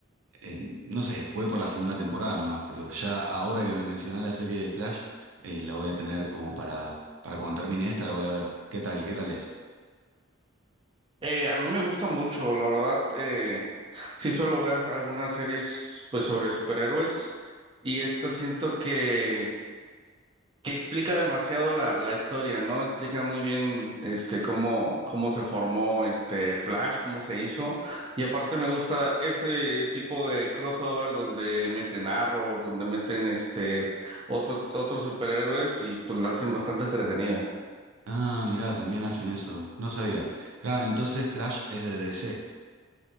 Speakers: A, on the right; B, on the right.
A: eh, no sé, voy por la segunda temporada nomás, pero ya ahora que me mencionás la serie de Flash, eh, la voy a tener como para, para cuando termine esta, la voy a ver. ¿Qué tal? ¿Qué tal es?
B: Eh, a mí me gusta mucho, la verdad, eh, sí suelo ver algunas series pues sobre superhéroes y esta siento que que explica demasiado la, la historia, ¿no? Explica muy bien este cómo, cómo se formó este Flash, cómo se hizo. Y aparte me gusta ese tipo de crossover donde meten Arrow, donde meten este otro, otros superhéroes y pues la hacen bastante entretenida.
A: Ah, mirá, también hacen eso. No sabía. Claro, entonces Flash es de DC.